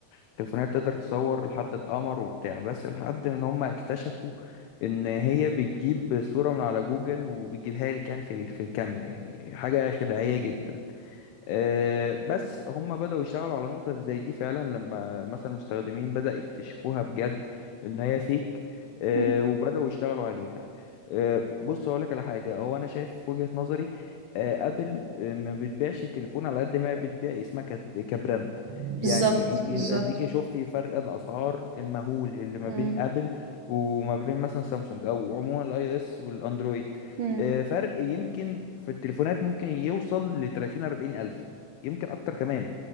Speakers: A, on the left; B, on the right.
A: التليفونات تقدر تصور لحد القمر وبتاع بس لحد ان هم اكتشفوا ان هي بتجيب صوره من على جوجل وبتجيبها لك يعني في ال- في الكاميرا يعني حاجه خداعيه جدا آه، بس هم بدأوا يشتغلوا على نقطة زي دي فعلا لما مثلا المستخدمين بدأ يكتشفوها بجد إن هي فيك آه،
B: مم.
A: وبدأوا يشتغلوا عليها آه، بص هقول لك على حاجة هو أنا شايف وجهة نظري آه، أبل آه، ما بتبيعش التليفون على قد ما هي بتبيع اسمها كت- كبراند
B: بالظبط
A: يعني أنت
B: بالظبط
A: أديكي شفتي فرق الأسعار المهول اللي ما
B: مم.
A: بين أبل وما بين مثلا سامسونج أو عموما الأي أو إس والأندرويد
B: مم.
A: آه، فرق يمكن في التليفونات ممكن يوصل ل 30 40 الف يمكن اكتر كمان